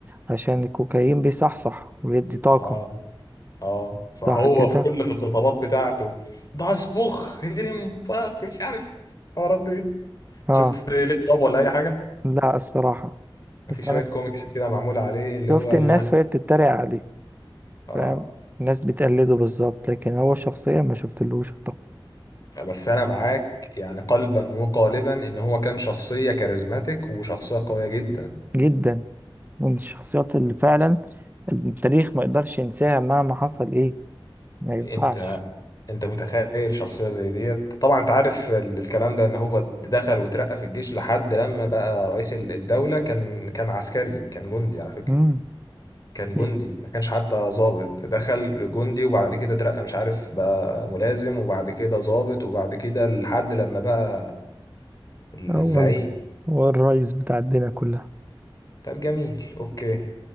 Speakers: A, on the right (about 20°); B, on the left (about 45°).
A: عشان الكوكايين بيصحصح ويدي طاقة
B: اه اه فهو
A: صح كده
B: في كل في الخطابات بتاعته ده اصبخ هرم فخ مش عارف الحوارات دي
A: اه
B: شفت ليه خطاب ولا اي حاجه
A: لا الصراحة بس
B: في شويه
A: انا
B: كوميكس كده معمول عليه اللي
A: شفت
B: هو
A: الناس
B: ايوه
A: وهي بتتريق عليه
B: اه
A: فاهم الناس بتقلده بالظبط لكن هو شخصيا ما شفتلوش
B: بس انا معاك يعني قلبا وقالبا ان هو كان شخصيه كاريزماتيك وشخصيه قويه جدا
A: جدا من الشخصيات اللي فعلا التاريخ ما يقدرش ينساها مهما حصل ايه ما ينفعش
B: انت انت متخيل شخصيه زي ديت طبعا انت عارف ال- الكلام ده ان هو دخل وترقى في الجيش لحد لما بقى رئيس الدوله كان كان عسكري كان جندي على فكره
A: امم
B: كان جندي
A: ايه
B: ما كانش حتى ظابط دخل جندي وبعد كده اترقى مش عارف بقى ملازم وبعد كده ظابط وبعد كده لحد لما بقى ال-
A: اه
B: الزعيم
A: والله هو الرئيس بتاع الدنيا كلها
B: طب جميل اوكي